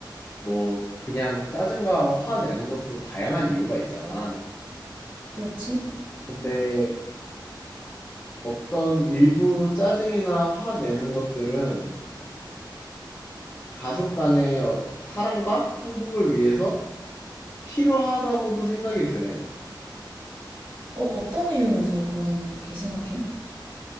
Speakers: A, on the left; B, on the right.
A: 뭐 그냥 짜증과 화 내는 것도 다양한 이유가 있잖아.
B: 그렇지.
A: 근데 어떤 일부 짜증이나 화 내는 것들은 가족 간의 어- 사랑과 행복을 위해서 필요하다고도 생각이 드네.
B: 어, 어떤 이유에서 그렇게 생각해?